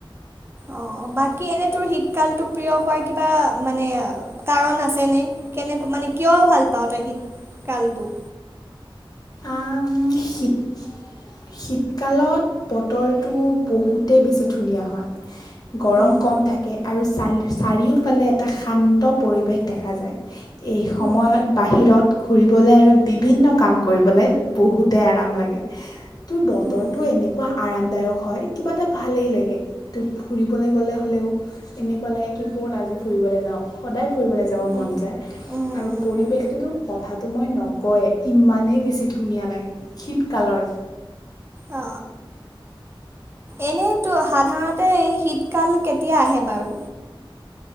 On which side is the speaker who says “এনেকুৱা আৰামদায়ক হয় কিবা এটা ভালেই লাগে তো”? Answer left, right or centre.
Left